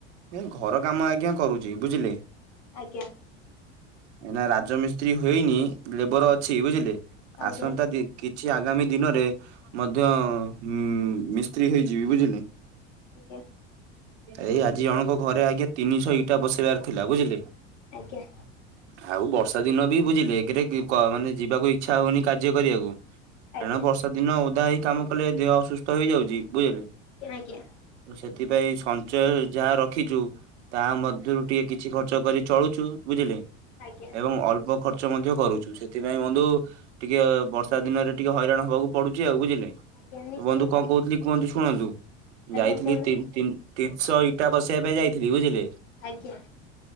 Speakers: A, on the right; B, on the left.
A: ଏଇ ଘର କାମ ଆଜ୍ଞା କରୁଚି, ବୁଝିଲେ।
B: ଆଜ୍ଞା।
A: ଏଇନା ରାଜମିସ୍ତ୍ରୀ ହେଇନି ଲେବର ଅଛି ବୁଝିଲେ,
B: ଆଜ୍ଞା
A: ଆସନ୍ତା ଦି କିଛି ଆଗାମୀ ଦିନରେ ମଧ୍ୟ ଉଁ ମିସ୍ତ୍ରୀ ହେଇଯିବି ବୁଝିଲେ।
B: ଆଜ୍ଞା।
A: ଏଇ ଆଜି ଜଣଙ୍କ ଘରେ ଆଜ୍ଞା ତିନିଶହ ଇଟା ବସେଇବାର ଥିଲା ବୁଝିଲେ।
B: ଆଜ୍ଞା।
A: ହଁ ଆଉ ବର୍ଷା ଦିନ ବି ବୁଝିଲେ, ଏକେରେ <unintelligible> ମାନେ ଯିବାକୁ ଇଚ୍ଛା ହଉନି କାର୍ଯ୍ୟ କରିବାକୁ।
B: ଆଜ୍ଞା
A: କାରଣ ବର୍ଷା ଦିନ ଓଦା ହେଇ କାମ କଲେ ଦେହ ଅସୁସ୍ଥ ହେଇଯାଉଛି, ବୁଝିଲେ!
B: ଆଜ୍ଞା ଆଜ୍ଞା
A: ସେଥିପାଇଁ ସଞ୍ଚୟ ଯାହା ରଖିଛୁ ତା ମଧ୍ୟରୁ ଟିକେ କିଛି ଖର୍ଚ୍ଚ କରି ଚଳୁଛୁ। ବୁଝିଲେ!
B: ଆଜ୍ଞା
A: ଏବଂ ଅଳ୍ପ ଖର୍ ର୍ଚ୍ଚ ମଧ୍ୟ କରୁଛୁ, ସେଥିପାଇଁ ବନ୍ଧୁ ଟିକେ ବର୍ଷା ଦିନରେ ଟିକେ ହଇରାଣ ହବାକୁ ପଡୁଛି ଆଉ। ବୁଝିଲେ!
B: ଆଜ୍ଞା ନିଶ୍ଚିନ୍ତ
A: ବନ୍ଧୁ କଣ କହୁଥିଲି, କୁହନ୍ତି ଶୁଣନ୍ତୁ।
B: ଆଜ୍ଞା
A: ଯାଇଥିଲି
B: କହୁନାହାନ୍ତି
A: ତିନ୍-ତିିନ୍ -ତିନିଶହ ଇ ଇଟା ବସେଇବା ପାଇଁ ଯାଇଥିଲି ବୁଝିଲେ!
B: ଆଜ୍ଞା।